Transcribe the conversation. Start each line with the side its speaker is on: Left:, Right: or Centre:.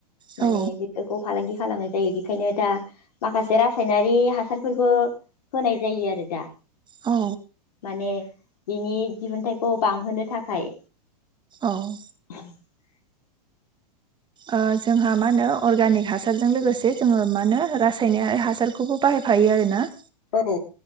Left: माने
Right: औ
Left: बि फालांगि खालामनाय जायो बेखायनो दा माखासे रासायनारि हासारफोरबो होनाय जायो आरो दा।
Right: औ।
Left: माने बिनि दिहुनथाइखौ बांहोनो थाखाय।
Right: औ।
Left: <unintelligible>
Right: ओ जोंहा मा होनो अर्गानिक हासारजों लोगोसे जोङो मा होनो रासायनारि हासारखौबो बाहायफायो आरोना।
Left: औ